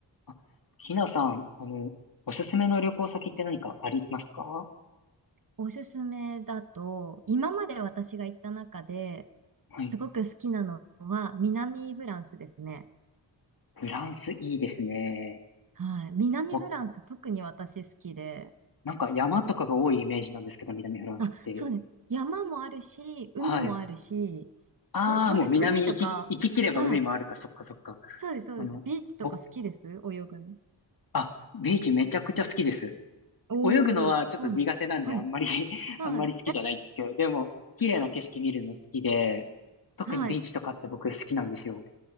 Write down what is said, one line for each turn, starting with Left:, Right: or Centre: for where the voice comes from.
Left: あひなさん、あの、おすすめの旅行先って何かありますか
Right: おすすめだと、今まで私が行った中で
Left: はい。
Right: すごく好きなのは南フランスですね。
Left: フランスいいですね。
Right: はい。南フランス特に私好きで。
Left: わなんか山とかが多いイメージなんですけど、南フランスって。
Right: あ、そうね。山もあるし、海もあるし、
Left: はい。ああ、
Right: ど、どうですか海とか。
Left: もう南行き、行き切れば海もあるか、
Right: はい。
Left: そっかそっか。
Right: そうです、そうです。
Left: あの、
Right: ビーチとか好きです泳ぐの。
Left: 僕、あ、ビーチめちゃくちゃ好きです。
Right: おー、
Left: 泳ぐのはちょっと苦手なんで、
Right: そうなんはい。
Left: あんまり <laughs>
Right: はい。
Left: あんまり好きじゃないんですけど、でも、綺麗な景色見るの好きで、特にビーチとかって僕好きなんですよ。
Right: <laughs> はい。